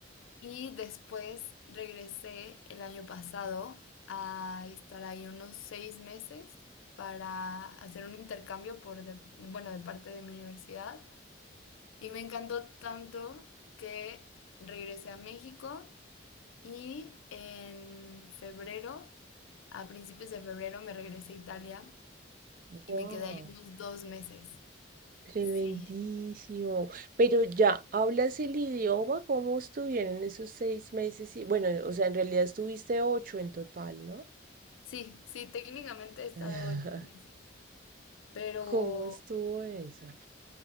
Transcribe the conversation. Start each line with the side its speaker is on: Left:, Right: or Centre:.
Left: y después regresé el año pasado a estar ahí unos seis meses para hacer un intercambio por, de- bueno, de parte de mi universidad. Y me encantó tanto que regresé a México. Y en febrero, a principios de febrero, me regresé a Italia
Right: Wow,
Left: y me quedé ahí unos dos meses.
Right: Tremendísimo.
Left: Sí,
Right: Pero ya, ¿hablas el idioma? ¿Cómo estuvieron esos seis meses? Y, bueno, o sea, en realidad estuviste ocho en total, ¿no?
Left: sí, sí, técnicamente he estado
Right: <laughs>
Left: ocho meses, pero
Right: ¿Cómo estuvo eso?